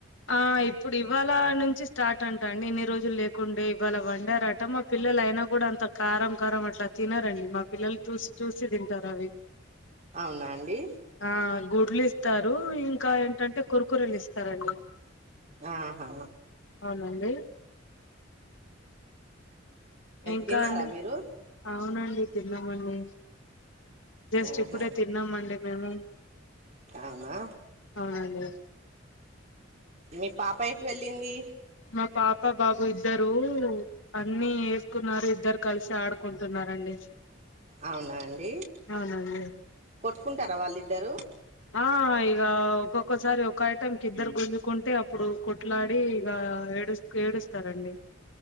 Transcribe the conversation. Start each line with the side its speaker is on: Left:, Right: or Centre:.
Left: ఆ ఇప్పుడు ఇవాళ నుంచి స్టార్ట్ అంటా అండి ఇన్ని రోజులు లేకుండే ఇవాళ వండారట మా పిల్లలు అయినా కూడా అంత కారం కారం అట్లా తినరండి మా పిల్లలు చూస్ చూసి తింటారు అవి
Right: అవునా అండి
Left: ఆ గుడ్లు ఇస్తారు ఇంకా ఏంటంటే కురుకురేలు ఇస్తారండి
Right: ఆహా
Left: అవునండి ఇంకా
Right: తిన్నారా
Left: అండి
Right: మీరు
Left: అవునండి తిన్నామండి జస్ట్
Right: ఆహా
Left: ఇప్పుడే తి న్నామండి మేము
Right: అవునా
Left: అవునండి
Right: మీ పాప ఎటువెళ్ళింది
Left: మా పాప బాబు ఇద్దరు అన్నీ ఏసుకున్నారు ఇద్దరు కలిసి ఆడుకుంటున్నారండి
Right: అవునా అండి
Left: అవునండి
Right: కొట్టుకుంటరా వాళ్ళిద్దరు
Left: ఆ ఇగ ఒక్కొక్కసారి ఒక ఐటెంకి ఇద్దరు గుంజుకుంటే అప్పుడు కొట్లాడి ఇగ ఏడుస్ ఏడుస్తారండి